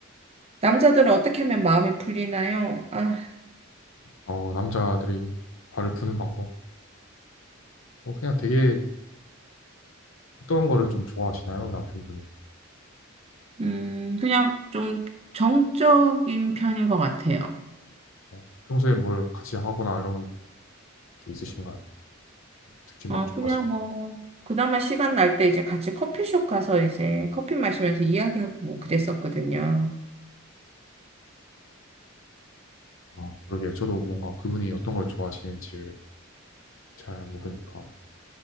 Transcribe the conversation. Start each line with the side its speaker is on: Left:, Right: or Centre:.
Right: 남자들은 어떻게 하면 마음이 풀리나요? 아,
Left: 어, 남자들이 발을 푸는 방법. 어, 그냥 되게 어떤 거를 좀 좋아하시나요? 남편분이.
Right: 음, 그냥 좀 정적인 편인 것 같아요.
Left: 어, 평소에 뭘 같이 하거나 이런 게 있으신가요? 특히 막
Right: 아,
Left: 좋아하시는.
Right: 그냥 뭐, 그나마 시간 날 때 이제 같이 커피숍 가서 이제 커피 마시면서 이야기하고 뭐 그랬었거든요.
Left: 아, 그러게요. 저도 뭔가 그분이 어떤 걸 좋아하시는지 잘 모르니까.